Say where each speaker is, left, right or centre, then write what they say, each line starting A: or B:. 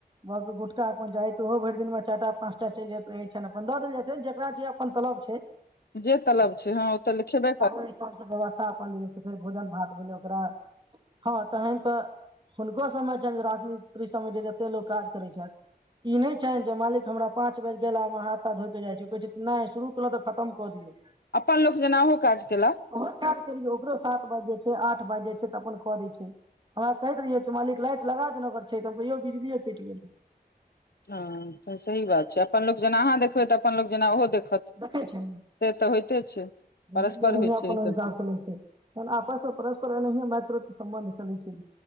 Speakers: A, on the right; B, on the left.
A: ब गुटखा अपन चाही त ओहो भरि दिन में चारिटा पाँच टा चलि जाइत रह छनि अपन दऽ देल जाइत छै जेकरा जे अपन तलाब छै
B: जे तलाब छै हँ ओ तऽ खेबे करते
A: सब व्यवस्था अपन देने फेर भोजन भात भेल ओकरा हँ तहन तऽ हुनको स बमें छनि जे राजमिस्त्री सबमे जते लोको काज करै छथि ई नहि छ जे मालिक हमरा पाँच बज गेला में हाथ धो के जाय छै नहि शुरू केलो तऽ खतम कऽ दियौ
B: अपन लोक जेना ओ काज केल
A: ओ काज करियौ ओकरो सात बाजै छै आठ बाजै छै तऽ अपन कर दै छै हमरा कहैत रहियै च मालिक लाइट लगा देल अगर छै त हम कहियो बिजलीए कटि गेल
B: ह त सही बात छै अपन लोक जेना अहाँ देखबै तऽ अपन लोक जेना ओहो देखत
A: देखै छै
B: से तऽ होइते छै
A: बिहार
B: परस्पर
A: नय
B: होइ छै
A: कोनो
B: ई सब
A: हिसाब सँ नहि छै आपस परस्पर आ मात संबन्ध चल छै